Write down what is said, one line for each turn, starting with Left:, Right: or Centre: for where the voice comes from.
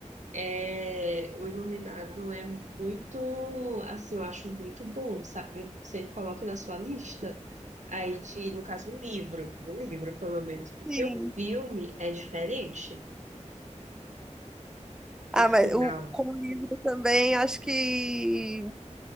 Right: É, o iluminado é muito, assim, eu acho muito bom, sabe? Você coloca na sua lista, aí de, no caso, um livro, um livro, pelo menos, porque
Centre: Sim.
Right: o filme é diferente.
Centre: Ah,
Right: O
Centre: mas
Right: final,
Centre: o, com o livro também, acho que